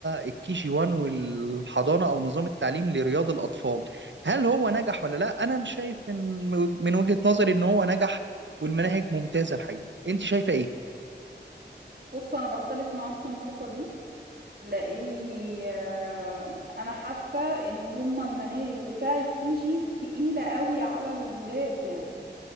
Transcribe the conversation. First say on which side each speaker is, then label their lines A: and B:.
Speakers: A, on the right; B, on the right.
A: الكي جي 1 والحضانه او نظام التعليم لرياض الاطفال هل هو نجح ولا لا انا مش شايف من من وجهة نظري ان هو نجح والمناهج ممتازه الحقيقه انت شايفه ايه
B: بص انا بختلف معاك في النقطة دي لاني آه، انا حاسة ان هم المناهج بتاعة جي تقيلة قوي على الولاد يعني